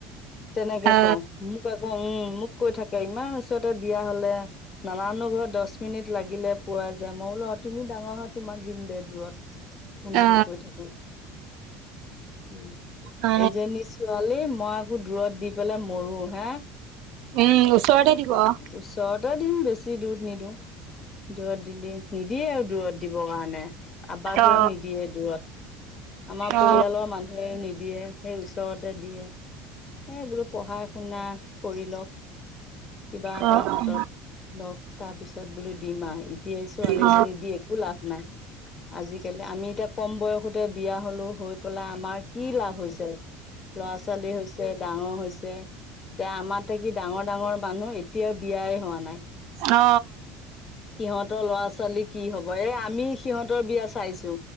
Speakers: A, on the left; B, on the right.
A: তেনেকে
B: অ
A: কওঁ মোক আকৌ উম মোক কৈ থাকে ইমান ওচৰতে বিয়া হলে- নানানু ঘৰ দহ মিনিট লাগিলে পোৱা যায় মই বোলো তুমি ডাঙৰ হয় তোমাক দিম দে দূৰত। সেনেকে
B: অ
A: কৈ থাকো, উম
B: অ
A: এজনি - ছোৱালী মই আকৌ দূৰত দি পেলাই মৰো হে।
B: উম ওচৰতে দিব অ
A: ওচৰতে দিম বেছি দৰত নিদিওঁ, দৰত দিলি- নিদিয়ে আৰু দূৰত দিবৰ কাৰণে। আবাকেও
B: অ
A: নিদিয়ে দূৰত, আমাৰ পৰিয়ালৰ
B: অ অ
A: মানুহ- সেই নিদিয়ে সেই ওচৰতে দিয়ে। এ বোলো পঢ়া শুনা কৰি লওক। কিবা এটা
B: অ
A: হাতত
B: উম
A: লক, তাৰপিছত বোলো দিম আৰু এতিয়াই ছোৱালী
B: অ
A: এজনী দিয়ে- একো লাভ নাই, আজিকালি আমি এতিয়া কম বয়সতে বিয়া হলো হৈ পেলাই আমাৰ- কি লাভ হৈছে, ল'ৰা ছোৱালী হৈছে ডাঙৰ হৈছে, এতিয়া আমাৰ থাকি- ডাঙৰ ডাঙৰ মানুহ এতিয়াও বিয়াই হোৱা নাই।
B: অ।
A: সিহঁতৰ ল'ৰা ছোৱালী কি হব এ আমি সিহঁতৰ বিয়া চাইছো।